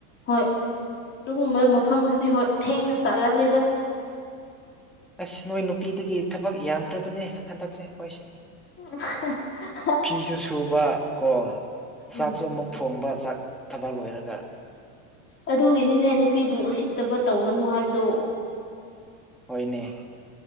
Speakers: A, on the left; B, in the centre.
A: ꯍꯣꯏ ꯑꯗꯨꯒꯨꯝꯕ ꯃꯐꯝꯗꯨꯗꯤ ꯍꯣꯏ ꯊꯦꯡꯅ ꯆꯥꯒꯜꯂꯦꯗ
B: ꯑꯁ ꯅꯣꯏ ꯅꯨꯄꯤꯗꯒꯤ ꯊꯕꯛ ꯌꯥꯝꯈ꯭ꯔꯕꯅꯦ ꯍꯟꯗꯛꯁꯦ ꯑꯩꯈꯣꯏꯁꯦ
A: ꯎ <inaudible>
B: ꯐꯤꯁꯨ ꯁꯨꯕ ꯀꯣ ꯆꯥꯛꯁꯨ
A: ꯎꯝ
B: ꯑꯃꯨꯛ ꯊꯣꯡꯕ ꯆꯥꯛ ꯊꯂꯛ ꯂꯣꯏꯔꯒ
A: ꯑꯗꯨꯒꯤꯅꯤꯅꯦ ꯅꯨꯄꯤꯕꯨ ꯎꯁꯤꯠꯇꯕ ꯇꯧꯒꯅꯨ ꯍꯥꯏꯕꯗꯣ
B: ꯍꯣꯏꯅꯦ